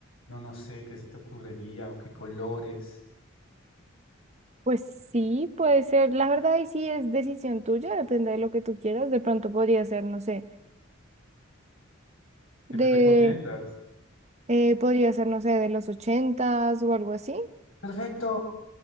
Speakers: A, on the left; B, on the right.
A: no, no sé qué se te ocurriría o qué colores,
B: Pues sí, puede ser. La verdad, y sí es decisión tuya, depende de lo que tú quieras. De pronto podría ser, no sé,
A: ¿qué
B: de,
A: me recomiendas?
B: eh, podría ser, no sé, de los ochentas o algo así.
A: Perfecto.